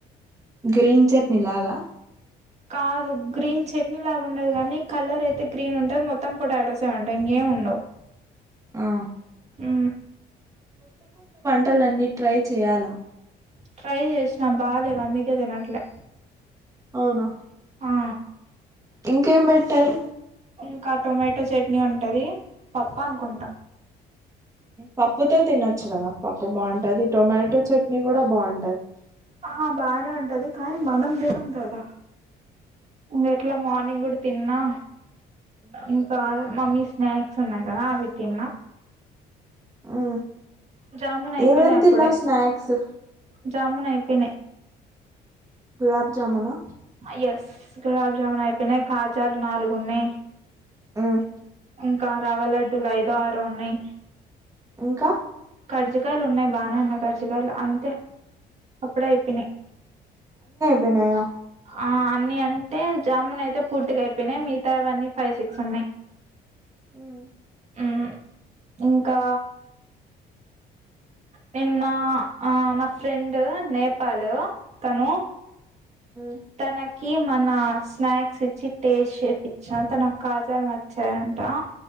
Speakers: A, on the right; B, on the right.
A: గ్రీన్ చెక్ని లాగా
B: కాదు గ్రీన్ చట్నీ లాగా ఉండదు గనీ కలర్ ఐతే గ్రీన్ ఉంటది మోత్తం పొటటోసే టా ఇంగెం ఉండవ్
A: ఆ
B: ఆ
A: టలన్ని ట్రై చేయాలా
B: ట్రై జేశ్న బాలేవ్ అందికే తినట్లే
A: ఔనా
B: ఆ
A: ఇంకేం బెట్టారు
B: ఇంక టొమాటో చట్నీ ఉంటది పప్ప అనుకుంట
A: పప్పుతో తినొచ్చు గదా పప్పు బాంటది టొమాటో చట్నీ గుడా బాంటది
B: ఆ బానే ఉంటది కానీ మనం తినం గదా ఇ ఎట్లా మార్నింగ్ గుడ్ తిన్నా ఇంకా మమ్మి స్నాక్స్ ఉన్నాయి గా అవి తిన్నా
A: అ
B: జామున్ అయిపోయినాయి
A: ఏమేం
B: అప్పుడే
A: తిన్నవ్ స్నాక్స్
B: జామున్ అయిపేయినయ్
A: గులాబ్జామున
B: అ ఎస్ గులాబ్జామున్ అయిపెయినాయ్ కాజాలు నాలుగున్నాయ్
A: మ్మ్
B: ఇంకా రావలడ్డులు ఐదో ఆరో ఉన్నయ్
A: ఇంక
B: కజ్జికయలున్నాయి బానే ఉన్నాయి కడ్జికయలు అంతె అప్పుడే అయిపోయినాయి
A: న్నయా
B: ఆ అన్ని అంటే జామూన్ ఐతే పూర్తిగ అయిపోయినాయి మిగతావన్నీ ఫైవ్, సిక్స్ ఉన్నాయి
A: ఉమ్
B: హమ్ ఇంకా నిన్నా ఆ న ఫ్రెండ్ నేపాలు తనూ
A: ఉమ్
B: తన కి మనా స్నాక్స్ ఇచ్చి టేస్ట్ చేపిచ్చా తనక్ కాజాల్నచ్చాయంట